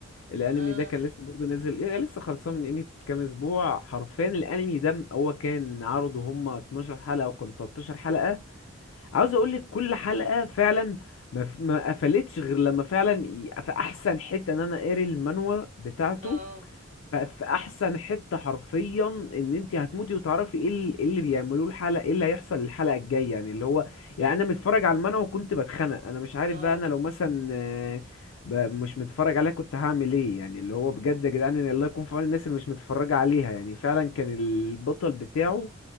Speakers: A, on the left (about 80°); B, on the right (about 35°).
A: الانمي
B: اه
A: ده كان لسه برضه نازل يعني لسه خلصان من قيمه كام اسبوع حرفيا الانمي ده هو كان عرضه هم 12 حلقه او كان 13 حلقه عاوز اقول لك كل حلقه فعلا ما ف- ما قفلتش غير لما فعلا ي- في احسن حته ان انا قاري المانوا بتاعته
B: اه
A: ف- في احسن حته حرفيا ان انت هتموتي وتعرفي ايه ال- إيه اللي بيعملوه الحلقه ايه اللي هيحصل الحلقه الجايه يعني اللي هو يعني انا متفرج على المانهوا وكنت بتخنق انا مش عارف
B: اه
A: بقى انا لو مثلا آه، ب- مش متفرج عليها كنت هعمل ايه يعني اللي هو بجد يا جدعان إن الله يكون في عون الناس اللي مش متفرجه عليها يعني فعلا كان البطل بتاعه